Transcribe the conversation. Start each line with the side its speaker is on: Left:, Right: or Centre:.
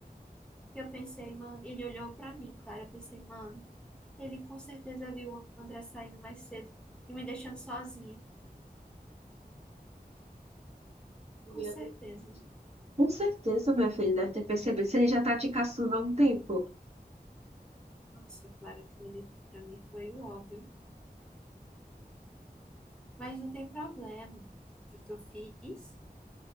Centre: E eu pensei, mano, ele olhou pra mim, claro, eu pensei, mano, ele com certeza viu o André saindo mais cedo e me deixando sozinha.
Right: Meu,
Centre: Com certeza.
Right: Com certeza, minha filha deve ter percebido. Você já tá te caçando há um tempo.
Centre: Nossa, claro, aquilo ali pra mim foi o óbvio. Mas não tem problema. O que que eu fiz?